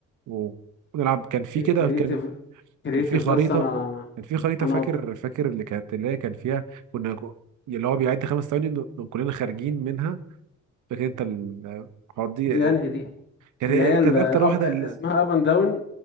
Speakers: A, on the right; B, on the left.
A: ونلعب كان في كده
B: كرييتيف
A: كان
B: كرييتيف
A: كان في خريطه
B: ده أصل انا
A: كان في خريطه
B: انا
A: فاكر
B: قض-
A: فاكر اللي كانت اللي هي كان فيها كنا اللي هو بيعد خمس ثواني إنه كلنا خارجين منها فاكر انت ال- الحوار دي
B: دي انهي دي
A: كان
B: اللي
A: هي
B: هي الأب...
A: كانت اكتر واحده
B: اسمها
A: اللي
B: اب اند داون